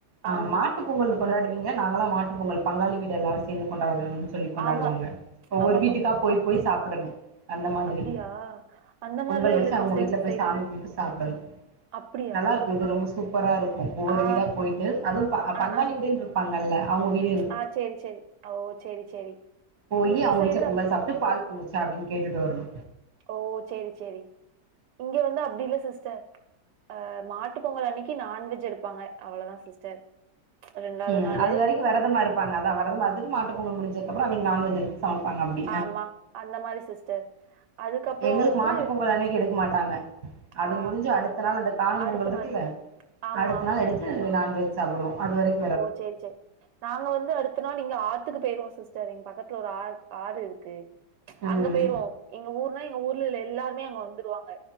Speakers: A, on the right; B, on the right.
A: ஆ
B: ஆமா.
A: மாட்டு பொங்கள் கொண்டாடுவீங்க நாங்களா மாட்டுப் பொங்கல் பங்காளி வீடு எல்லாரு சேந்து கொண்டாடுன்னு சொல்லி கொண்டாடுவாங்க
B: ஆமா.
A: ஒவ்வொரு
B: ஆமாப்பா.
A: வீட்டுக்கா போய்
B: அப்டியா?
A: போய் சாப்பிடணு அந்த மாரி
B: அப்டியா? அந்த
A: பொங்கல்
B: மாரிலா
A: வச்சா
B: இல்ல
A: அவங்க
B: சிஸ்டர்
A: வீட்டுல
B: இந்த
A: போய்
B: சைடு.
A: சாமி போய்ட்டு சாப்டணு
B: அப்டியா
A: நல்லாருக்கு இது ரொம்ப சூப்பராருக்கு ஒவ்வொரு
B: ஆ
A: வீடா போய்ட்டு அதுவு
B: ஆ
A: பங்காளி
B: ஆ
A: வீடுனு இருக் பாங்கல்லா அவங்க வீடு
B: ஆ சேரி சேரி ஓ சேரி சேரி
A: போயி
B: இந்த
A: அவுங்க
B: சைடு
A: வீட்டுல பொங்கல்
B: அப்
A: சாப்ட்டு பால் பொங்குச்சா அப்டின்னு கேட்டுட்டு வரணு
B: ஓ சேரி சேரி இங்க வந்து அப்டி இல்ல சிஸ்டர் அ மாட்டு பொங்கல் அன்னக்கி நான்வெஜ் எடுப்பாங்க அவ்ளோதா சிஸ்டர் ரெண்டாவது
A: ம்
B: நாளு
A: அது வரைக்கு விரதமா இருப்பாங்க அதா விரதமா இருந்துட்டு மாட்டு பொங்கல் முடிஞ்சதுப்புற அன்னக்கி நான்வெஜ் எடுத்து சமப்பாங்க அப்டி
B: ஆமா அந்த மாரி சிஸ்டர் அதுக்கப்றோ
A: எங்களுக்கு
B: வந்து
A: மாட்டு பொங்கல் அன்னைக்கு எடுக்க மாட்டாங்க அது
B: ஆ
A: முடிஞ்சு அடுத்த நாள் அந்த காணு
B: அடுத்த
A: பொங்கல் இருக்குல
B: நாள் ஆமா
A: அடுத்த
B: ஆமா
A: நாள் எடுத் து நான்வெஜ் சாப்டுவோ அதுவரைக்
B: ஓ சேரி சேரி நாங்க வந்து அடுத்த நாள் இங்க ஆத்துக்கு போயிருவோ சிஸ்டர் எங்க பக்கத்துல ஒரு ஆ ஆறு இருக் இருக்கு
A: ம்.
B: அங்க போயிருவோ எங்க ஊர்ன்னா எங்க ஊர்ல உள்ள எல்லாருமே அங்க வந்துருவாங்க